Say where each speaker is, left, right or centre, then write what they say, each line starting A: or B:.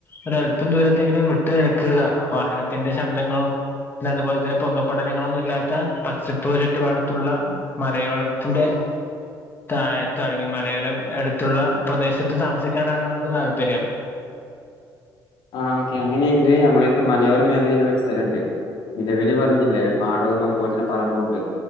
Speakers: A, on the left; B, on the left.
A: ഒരല്പം ദൂരത്തെങ്കിലും വിട്ടു നിൽക്കുക വാഹനത്തിന്റെ ശബ്ദങ്ങളോ പിന്നതുപോലെ തന്നെ പുക പടലങ്ങളോന്നും ഇല്ലാത്ത പച്ചപ്പ് ചുറ്റുപാടത്തുള്ള മലയോരത്തിൻ്റെ തായത്ത് അല്ലെങ്കിൽ മലയോരം അടുത്തുള്ള പ്രദേശത്ത് താമസിക്കാനാണ് ഞങ്ങൾക്ക് താല്പര്യം
B: ആ ഓക്കെ അങ്ങനെയെങ്കിൽ ഞമ്മളട്ത്ത് മലയോര മേഖലയിലുള്ള ഒരു സ്ഥലം ഉണ്ട്. നിലവലി പറഞ്ഞില്ലേ പാടവും അതുപോലെ തന്നെ പറമ്പും ഉണ്ട്